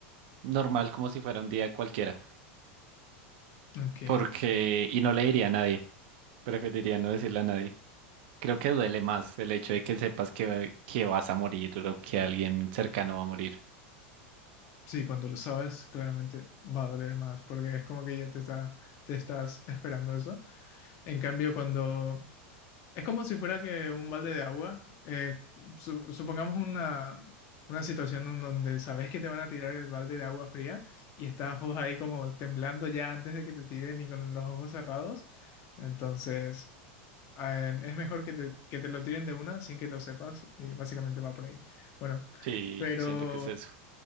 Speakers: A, on the right; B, on the left.
A: normal como si fuera un día cualquiera,
B: Ok.
A: porque y no le diría a nadie, preferiría no decirle a nadie. Creo que duele más el hecho de que sepas que, que vas a morir o que alguien cercano va a morir.
B: Sí, cuando lo sabes, claramente va a doler más, porque es como que ya te está, te estás esperando eso. En cambio, cuando Es como si fuera que un balde de agua, eh, su- supongamos una, una situación en donde sabes que te van a tirar el balde de agua fría y estás vos ahí como temblando ya antes de que te tiren y con los ojos cerrados. Entonces, eh, es mejor que te, que te lo tiren de una sin que lo sepas y básicamente va por ahí. Bueno,
A: Sí,
B: pero
A: siento que es eso.